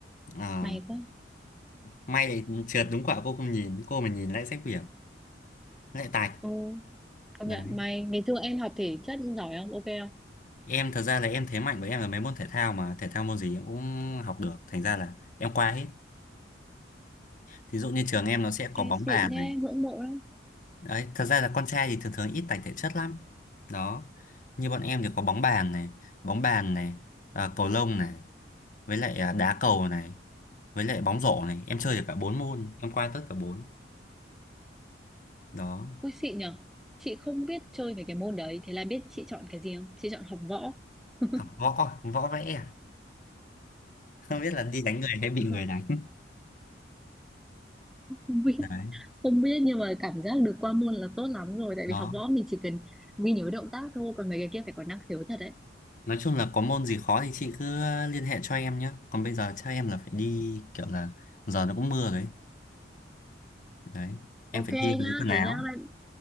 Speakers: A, on the left; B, in the centre.
A: à.
B: May quá.
A: may lại trượt đúng quả cô không nhìn cô mà nhìn lại sách vở lại tạch
B: Ô, công
A: Đấy.
B: nhận may. Ngày xưa em học thể chất giỏi không? Ok không?
A: Em thật ra là em thế mạnh của em là mấy môn thể thao mà thể thao môn gì em cũng học được thành ra là em qua hết thí dụ như trường em nó sẽ có
B: Em
A: bóng
B: xịn
A: bàn
B: thế,
A: này
B: ngưỡng mộ lắm.
A: đấy thật ra là con trai thì thường thường ít tài thể chất lắm đó như bọn em thì có bóng bàn này bóng bàn này à, cầu lông này với lại à, đá cầu này với lại bóng rổ này em chơi được cả bốn môn em qua tất cả bốn đó
B: Ôi xịn nhở. Chị không biết chơi về cái môn đấy. Thế là biết chị chọn cái gì không? Chị chọn học võ. <laughs>
A: học võ võ vẽ à? không biết là đi đánh người hay bị
B: Ừ,
A: người đánh
B: không biết
A: đấy
B: không biết nhưng mà cảm giác được qua môn là tốt lắm rồi tại
A: đó
B: vì học võ mình chỉ cần ghi nhớ động tác thôi còn mấy cái kia phải có năng khiếu thật đấy
A: Nói chung là có môn gì khó thì chị cứ ờ, liên hệ cho em nhé. Còn bây giờ chắc em là phải đi kiểu là giờ nó cũng mưa rồi ấy. Đấy, em
B: ok
A: phải đi lấy
B: nhá
A: quần áo.
B: thế nhá bye-